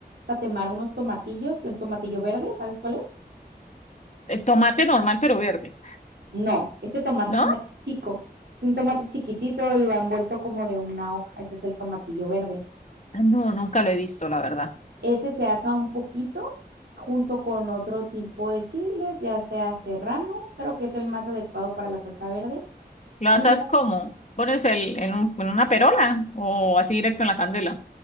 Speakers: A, on the right (about 85°); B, on the left (about 45°).
A: tatemar unos tomatillos, el tomatillo verde, ¿sabes cuál es?
B: El tomate normal, pero verde,
A: No, ese tomate
B: ¿no?
A: es más chico. Es un tomate chiquitito y va envuelto como de una hoja. Ese es el tomatillo verde.
B: Ah, No, nunca lo he visto, la verdad.
A: Ese se asa un poquito junto con otro tipo de chiles, ya sea serrano, creo que es el más adecuado para la salsa verde.
B: ¿Lo haces
A: Y una,
B: cómo? ¿Pones el, en, un- en una perola o así directo en la candela?